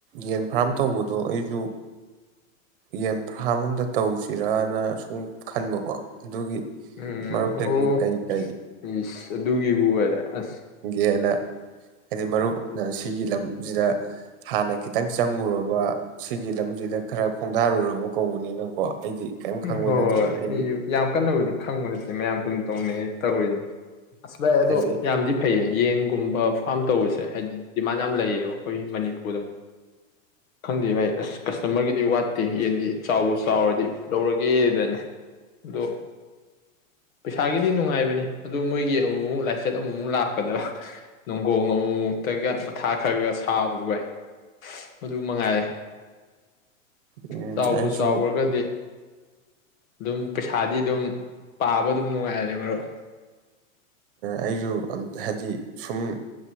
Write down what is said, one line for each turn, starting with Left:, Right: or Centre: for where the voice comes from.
Right: ꯌꯦꯟ ꯐꯥꯔꯝ ꯇꯧꯕꯗꯣ ꯑꯩꯁꯨ ꯌꯦꯟ ꯐ꯭ꯔꯥꯝ ꯑꯝꯇ ꯇꯧꯁꯤꯔꯅ ꯁꯨꯝ ꯈꯟꯕꯀꯣ ꯑꯗꯨꯒꯤ
Left: ꯎꯝ
Right: ꯃꯔꯨꯞꯛꯇꯒꯤ
Left: ꯑꯣ
Right: ꯀꯩ ꯀꯩ
Left: ꯏꯁ ꯑꯗꯨꯒꯤꯕꯨ ꯑꯣꯏꯔꯦ ꯑꯁ
Right: ꯁꯦꯅ ꯍꯥꯏꯗꯤ ꯃꯔꯨꯞꯅ ꯁꯤꯒꯤ ꯂꯝꯁꯤꯗ ꯍꯥꯟꯅ ꯈꯤꯇꯪ ꯆꯪꯉꯨꯔꯕ ꯁꯤꯒꯤ ꯂꯝꯁꯤꯗ ꯈꯔ ꯈꯣꯡꯗꯥꯔꯨꯔꯕ ꯀꯧꯕꯅꯤꯅꯀꯣ ꯑꯩꯗꯤ ꯀꯔꯤꯝ ꯈꯪꯕ
Left: ꯍꯣꯏ
Right: ꯅꯠꯇ꯭ꯔꯤ ꯑꯩꯗꯤ
Left: ꯌꯥꯝ ꯀꯟꯅꯕꯨꯗꯤ ꯈꯪꯕ ꯅꯠꯇꯦ ꯃꯌꯥꯝꯁꯨ ꯑꯗꯨꯝ ꯇꯧꯅꯩ ꯇꯧꯔꯤꯅꯤ ꯑꯁ ꯚꯥꯏ ꯑꯗꯣ
Right: ꯍꯥꯏꯗꯤ
Left: ꯌꯥꯝꯗꯤ ꯐꯩꯌꯦ ꯌꯦꯟ ꯒꯨꯝꯕ ꯐꯥꯝ ꯇꯧꯕꯁꯦ ꯍꯥꯏꯗꯤ ꯗꯤꯃꯥꯟ ꯌꯥꯝ ꯂꯩꯌꯦꯕ ꯑꯩꯈꯣꯏ ꯃꯅꯤꯄꯨꯔꯗ ꯈꯪꯗꯦ ꯚꯥꯏ ꯑꯁ ꯀꯁꯇꯃꯔꯒꯤꯗꯤ ꯋꯥꯠꯇꯦ ꯌꯦꯟꯗꯤ ꯆꯥꯎꯕ ꯆꯥꯎꯔꯗꯤ ꯂꯧꯔꯒꯦꯗꯅꯤ ꯑꯗꯣ ꯄꯩꯁꯥꯒꯤꯗꯤ ꯅꯨꯡꯉꯥꯏꯕꯅꯦ ꯑꯗꯨꯗ ꯃꯣꯏꯒꯤ ꯑꯃꯨꯛꯃꯨꯛ ꯂꯥꯏꯆꯠ ꯑꯃꯨꯃꯨꯛ ꯂꯥꯛꯄꯗ ꯅꯅꯨꯡꯒꯣꯡ ꯑꯃꯨꯃꯨꯛꯇꯒ ꯃꯊꯥ ꯈꯔ ꯈ ꯁꯥꯕꯗꯨ ꯋꯥꯏ ꯃꯗꯨ ꯃꯉꯥꯏꯔꯦ
Right: ꯎꯝ
Left: ꯆꯥꯎꯕꯨ
Right: ꯑꯩꯁꯨ
Left: ꯆꯥꯎꯈ꯭ꯔꯒꯗꯤ ꯑꯗꯨꯝ ꯄꯩꯁꯥꯗꯤ ꯑꯗꯨꯝ ꯄꯥꯕ ꯑꯗꯨꯝ ꯅꯨꯡꯉꯥꯏꯔꯔꯦ ꯃꯔꯨꯞ
Right: ꯑꯩꯁꯨ ꯑꯝ ꯍꯥꯏꯗꯤ ꯁꯨꯝ